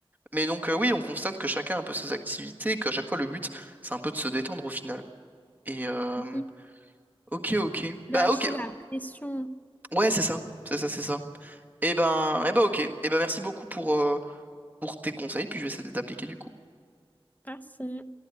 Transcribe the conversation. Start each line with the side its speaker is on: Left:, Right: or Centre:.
Right: Mais donc, euh, oui, on constate que chacun a un peu ses activités, qu'à chaque fois, le but, c'est un peu de se détendre au final. Et, euh,
Left: Oui,
Right: ok, ok.
Left: lâcher
Right: Bah, ok.
Left: la pression.
Right: Ouais, c'est ça. C'est ça, c'est ça. Et ben, et ben, ok. Et ben, merci beaucoup pour, euh, pour tes conseils, puis je vais essayer de les appliquer du coup.
Left: Merci.